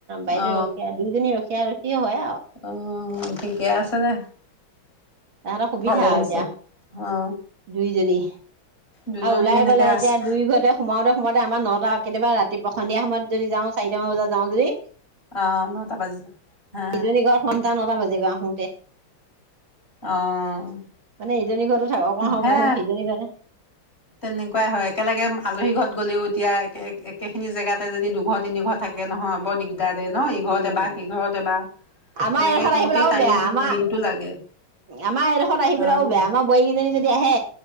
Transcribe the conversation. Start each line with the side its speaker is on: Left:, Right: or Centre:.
Right: বাইদেউ
Left: অ
Right: ৰখীয়া দুইজনী ৰখীয়া ৰখি হয় আৰু।
Left: অ', ঠিকে আছে দে।
Right: তাহঁতৰ সুবিধা
Left: ভালেই
Right: আৰু
Left: হৈছে
Right: এতিয়া,
Left: অ
Right: দুইজনী।
Left: দুজনী
Right: আও ওলাই
Left: সেনেকে
Right: পেলাই
Left: আছে
Right: এতিয়া দুই ঘৰতে সোমাওঁতে সোমাওঁতে আমাৰ নটা কেতিয়াবা ৰাতি সন্ধিয়া সময়ত যদি যাওঁ চাৰিটামান বজাত যাওঁ যদি
Left: অ নটা বাজি যায়। হা
Right: ইজনী ঘৰত সোমাওতে নটা বাজে গৈ আহোতে।
Left: অ'
Right: মানে ইজনী ঘৰতো থাক অকমান সময়
Left: হে
Right: বহো সিজনী ঘৰতো।
Left: তেনেকুৱাই হয় একেলগে আলহী ঘৰত গ'লেও এতিয়া এক একেখিনি জেগাতে যদি দুঘৰ তিনি ঘৰ থাকে নহয় বৰ দিগদা দাৰ দে ন ইঘৰত
Right: উম
Left: এবাৰ সিঘৰত এবাৰ
Right: আমাৰ
Left: তেনেকে
Right: এইডোখৰত
Left: কৰোতেই
Right: আহি পেলাই আৰু
Left: টাইমখিন
Right: বেয়া আমাৰ
Left: দিনটো লাগে।
Right: আমাৰ এডোখৰত আহি পেলাইও
Left: অ'
Right: বেয়া আমাৰ বোৱাৰীকেইজনী যদি আহে